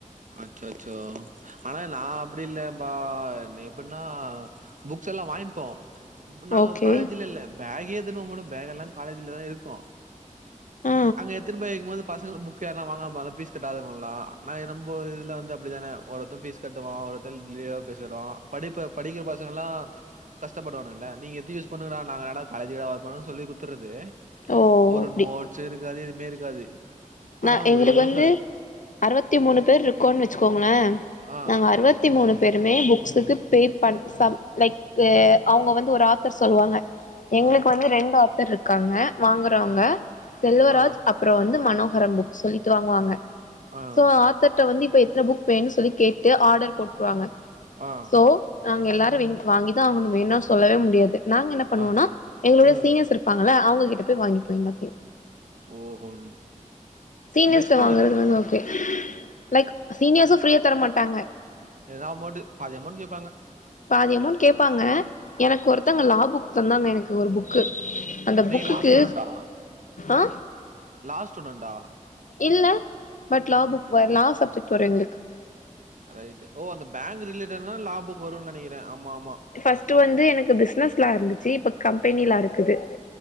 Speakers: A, on the right (about 70°); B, on the left (about 70°).
A: அச்சோ அச்சோ ஆனா நா அப்டி இல்லே பா எப்பின்னா புக்ஸ் எல்லா வாய்ங்ப்போ இப்ப நாங்க
B: ஓகே
A: காலேஜில இல்ல பேகே எத்தின்போ மாட்டோ பேக் எல்லா காலேஜிலதா இருக்கோ
B: ஆ
A: அங்க எத்தின் போய் வக்கிம்போது பசங்கல புக் யார்னா வாங்காம இர்பால பீஸ் கட்டாதவுங்கள நாங்க என்ன பண் போ இதுல வந்து அப்டித்தானே ஒர்ஒருத்த பீஸ் கட்டுவா ஒர்ஒருத்த லிய பீஸ் கட்டுவா படிப்பு படிக்கிற பசங்கலா கஷ்டப்படுவானுங்கல்ல நீங்க எத்து யூஸ் பண்ணுங்கடா நாங்க இன்னாட காலேஜிகாடா வரப்போறனு சொல்லி குத்துறது
B: ஓ
A: ஒரு
B: அப்டி
A: நோட்ஸ் இருக்காது எதுவுமே இருக்காது ஆனா
B: நா எங்ளுக்கு
A: ஒரே
B: வந்து
A: ச
B: அறுவத்தி மூணு பேர்ருக்கோன் வச்சுக்கோங்ளே
A: ஆ
B: நாங்க அறுவத் தி மூணு பேருமே புக்ஸுக்கு பே பண் சம் லைக் தே அவுங்க வந்து ஒரு ஆத்தர் சொல்லுவாங்க எங்ளுக்கு
A: ஆ
B: வந்து ரெண்டு ஆத்தர் ருக்காங்க வாங்குறவங்க
A: ஆ
B: செல்வராஜ்
A: ஆ
B: அப்புற வந்து மனோ வரம்புக் சொல்லிட்டு வாங்குவாங்க
A: ஆ
B: சோ ஆத் த்தட்ட வந்து இப்ப எத்தன புக் வேணுன் சொல்லி கேட்டு ஆர்டர் போட்டுருவாங்க
A: ஆ
B: சோ நாங்க எல்லாரு வாங்கிதா ஆகணு வேணா சொல்லவே முடியாது நாங்க என்ன பண்ணுவோம்னா
A: ஆ
B: எங்களுடைய
A: ம்
B: சீனியர் பாங்கல்ல அவுங்க கிட்ட போய் வாங்கி போ எல்லத்தையு
A: ஒ ஓ ம்
B: சீனியர்ஸ்
A: பெஸ்ட்டுங்க
B: கிட்ட வாங்குறது
A: அது
B: வந்து ஓகே லைக் சீனியர்ஸும் ஃப்ரீயா தர மாட்டாங்க
A: ஏதனா அமௌன்ட் பாதி அமௌன்ட் கேட்பாங்க
B: பாதி அமௌன்ட் கேப்பாங்க எனக்கு ஒருத்தங்க லா புக் தந்தாங்க எனக்கு ஒரு புக் புக்கு அந்த
A: நீங்க
B: புக்குக்கு
A: லா ஸ்டூடெண்டா
B: ஆ
A: லா ஸ்டுடென்ட் டா
B: இல்ல பட் லா புக் வ லா சப்ஜெக்ட் வரு எங்களுக்கு
A: ரைட் ஓ அந்த பேங்க் ரிலேட்டட்னா லா புக்கு வரும்னு நெனைக்கிறே ஆமா ஆமா
B: ஃபர்ஸ்ட் வந்து எனக்கு பிசினஸ் லா இருந்துச்சி இப்ப கம்பெனி லா இருக்குது